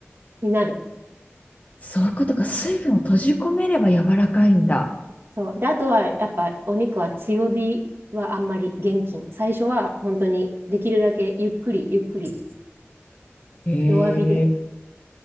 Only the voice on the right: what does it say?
になる。
そう。で、あとは、やっぱお肉は強火はあんまり厳禁。最初は本当にできるだけゆっくりゆっくり
弱火で